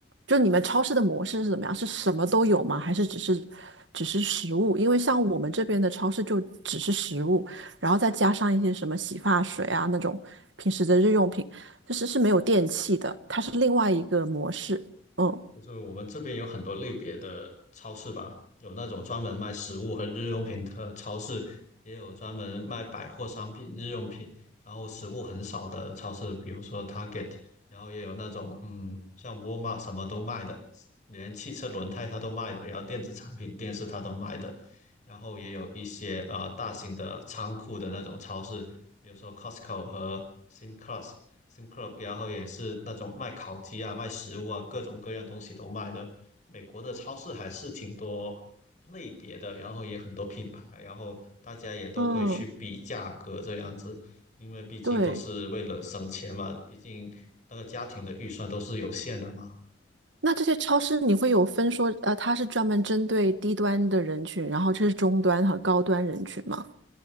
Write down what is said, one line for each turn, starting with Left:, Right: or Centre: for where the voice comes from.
Right: 就你们超市的模式是怎么样？是什么都有吗？还是只是只是食物？因为像我们这边的超市就只是食物，然后再加上一些什么洗发水啊那种平时的日用品，就是是没有电器的，它是另外一个模式。嗯
Left: 就是我们这边有很多类别的超市吧，有那种专门卖食物和日用品的超市，也有专门卖百货商品、日用品，然后食物很少的超市，比如说 Target，然后也有那种嗯，像沃尔玛什么都卖的，连汽车轮胎它都卖的，然后电子产品、电视它都卖的，然后也有一些呃大型的仓库的那种超市，比如说 Costco 和 Simclast，Sim Club，然后也是那种卖烤鸡啊、卖食物啊，各种各样东西都卖的。美国的超市还是挺多类别的，然后也很多品牌，然后大家也都会去比价格这样子，
Right: 嗯，
Left: 因为毕竟都是为了省钱嘛，
Right: 对。
Left: 毕竟那个家庭的预算都是有限的嘛。
Right: 那这些超市你会有分说，呃，它是专门针对低端的人群，然后这是中端和高端人群吗？